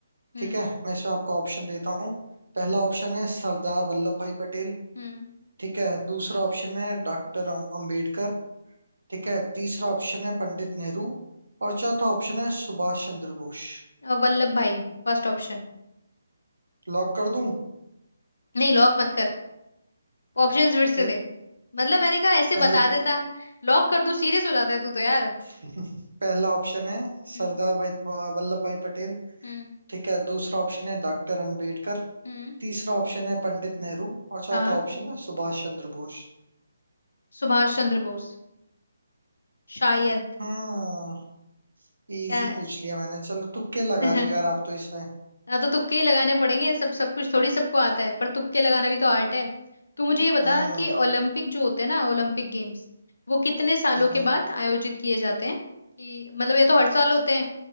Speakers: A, on the left; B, on the right.
A: हम्म
B: ठीक है मैं इसमें आपको ऑप्शन देता हूँ पहला ऑप्शन है सरदार वल्लभ भाई पटेल
A: हम्म
B: ठीक है दूसरा ऑप्शन है डॉक्टर अम्बेडकर ठीक है तीसरा ऑप्शन है पंडित नेहरू और चौथा ऑप्शन है सुभाष चंद्र बोस
A: अ, Vallabh Bhai first option
B: लॉक कर दूं
A: नहीं लॉक मत कर ऑप्शंस फिर से
B: फिर
A: दे मतलब मैंने कहा ऐसे
B: पहल
A: बता देता लॉक कर दूं सीरियस हो जाता है तू तो यार
B: <laughs> पहला ऑप्शन है सरदार
A: हम्म
B: भाई वल्लभ भाई पटेल
A: हम्म
B: ठीक है दूसरा ऑप्शन है डॉक्टर अंबेडकर
A: हम्म
B: तीसरा ऑप्शन है पंडित नेहरू और चौथा
A: हाँ
B: ऑप्शन है सुभाष चंद्र बोस
A: सुभाष चंद्र बोस शायद
B: हम्म इजी
A: क्या
B: पूछ लिया मैंने चलो तुक्के लगा
A: <laughs>
B: रही हो यार आप तो इसमें
A: ना तो तुक्के ही लगाने पड़ेंगे सब सब कुछ थोड़ी सबको आता है पर तुक्के लगाना भी तो आर्ट है तू मुझे ये बता
B: हम्म
A: कि ओलंपिक जो होते हैं ना ओलंपिक गेम्स वो कितने सालों
B: हम्म
A: के बाद आयोजित किए जाते हैं कि मतलब या तो हर साल होते हैं